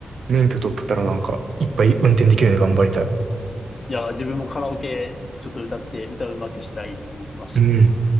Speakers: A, on the right; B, on the left.
A: 免許取ったらなんか、いっぱい運転できるように頑張りたい。
B: いや、自分もカラオケちょっと歌って、歌うまくしたいと思いました。
A: うん。